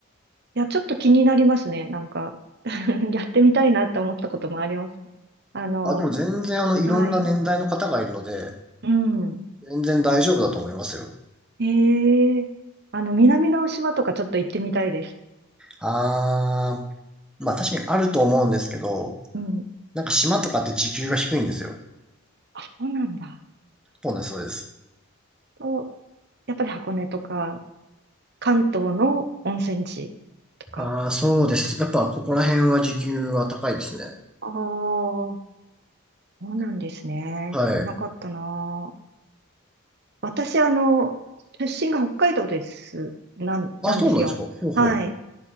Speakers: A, on the right; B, in the centre.
A: いや、ちょっと気になりますね。なんか <laughs> やってみたいなって思ったこともあります。あの、
B: あ、でも全然あの、いろんな年代の方がいるので、
A: はい。うん。
B: 全然大丈夫だと思いますよ。
A: ええあの、南の島とかちょっと行ってみたいです。
B: あー、まあ確かにあると思うんですけど、
A: うん。
B: なんか島とかって時給が低いんですよ。
A: あ、そうなんだ。
B: そうなんです、そうです。
A: と、やっぱり箱根とか、関東の温泉地とか。
B: ああ、そうですね。やっぱここら辺は時給は高いですね。
A: ああ、そうなんですね。
B: はい。
A: 知らなかったな。私、あの、出身が北海道です。なん、なんですよ。
B: あ、そうなんですか。ほうほう。
A: はい。